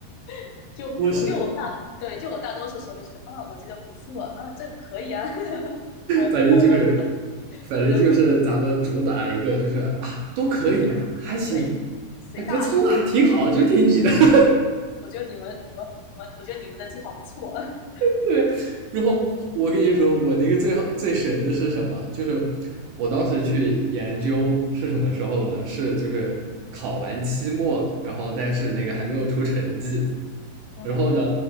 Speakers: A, on the left (about 80°); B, on the right (about 75°).
A: <laughs> 就我就我大对就我大多数时候就是啊我觉得不错啊这个可以啊，
B: <laughs> 我是，
A: <laughs> 我我我的
B: 反正就是，反正就是咱们主打一个，
A: 我的我。
B: 就是啊，都可以啊，
A: 就。
B: 还行，
A: 对，随大流。
B: 还不错啊，挺好，就听你的。<laughs>
A: 我觉得你们、你们、我我觉得你们的计划不错。<laughs>
B: 对，然后我跟你说，我那个最好最神的是什么？就是我当时去研究是什么时候呢？是就是考完期末了然后但是那个还没有出成绩，
A: 嗯哼，
B: 然后呢，